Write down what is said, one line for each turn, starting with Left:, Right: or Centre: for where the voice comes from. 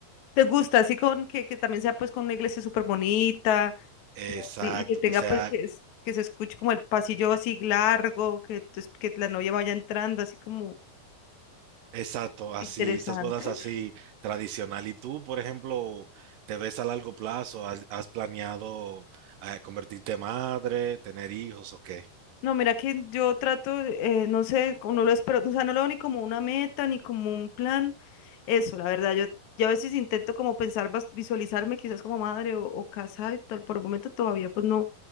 Left: ¿Te gusta? Así con que, que también sea pues con una iglesia súper bonita
Right: exacto,
Left: que, y y que tenga
Right: que sea
Left: pues que, es- que se escuche como el pasillo así largo, que, tus- que la novia vaya entrando así como
Right: exacto, así,
Left: interesante.
Right: esas bodas así tradicional. ¿Y tú, por ejemplo, te ves a largo plazo? ¿Has, has planeado eh, convertirte en madre, tener hijos o qué?
Left: No, mira que yo trato, eh, no sé, como no lo espero, o sea, no lo veo ni como una meta, ni como un plan, eso, la verdad, yo, yo a veces intento como pensar, bas- visualizarme quizás como madre o, o casa y tal, por el momento todavía pues no,